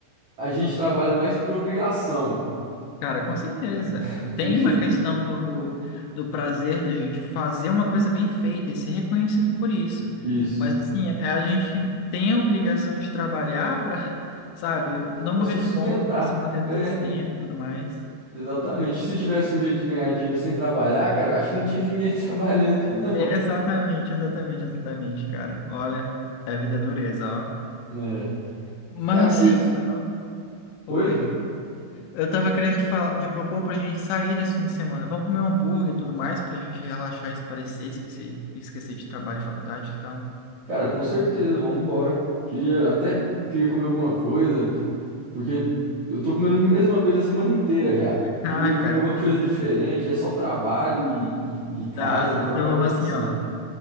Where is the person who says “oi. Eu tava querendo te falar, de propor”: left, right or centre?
Left